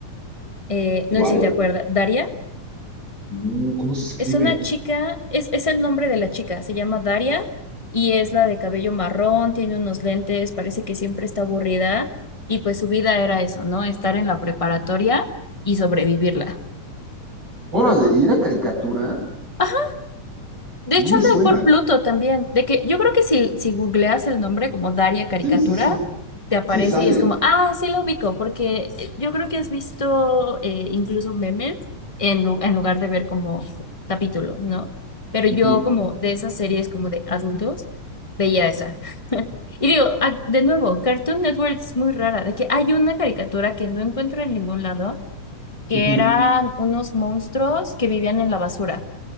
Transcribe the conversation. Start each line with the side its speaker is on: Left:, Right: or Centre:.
Left: eh,
Right: ¿Cuál?
Left: no sé si te acuerdas, Daria.
Right: Mm, ¿Cómo se escribe?
Left: Es una chica, es, es el nombre de la chica, se llama Daria y es la de cabello marrón, tiene unos lentes, parece que siempre está aburrida y pues su vida era eso, ¿no? Estar en la preparatoria y sobrevivirla.
Right: Órale, ¿y era caricatura?
Left: <laughs> De
Right: No
Left: hecho,
Right: me
Left: anda
Right: suena.
Left: por Pluto también. De que yo creo que si, si googleas el nombre como Daria Caricatura,
Right: Sí, sí, sí.
Left: te aparece
Right: Sí, sale.
Left: y es como, ah, sí lo ubico, porque eh, yo creo que has visto eh, incluso memes en, lu- en lugar de ver como capítulos, ¿no? Pero yo
Right: Ujú,
Left: como de esas series como de adultos, veía esa. <laughs> Y digo, ah, de nuevo, Cartoon Network es muy rara, de que hay una caricatura que no encuentro en ningún lado, que
Right: ujú.
Left: eran unos monstruos que vivían en la basura.